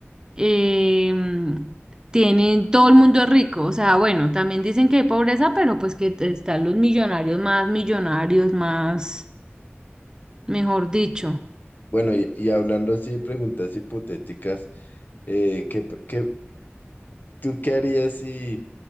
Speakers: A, on the right; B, on the left.
A: em, tienen, todo el mundo es rico, o sea, bueno, también dicen que hay pobreza, pero pues que te- están los millonarios más millonarios, más, mejor dicho.
B: Bueno, y, y hablando así de preguntas hipotéticas, eh, ¿qué, p- qué- tú qué harías si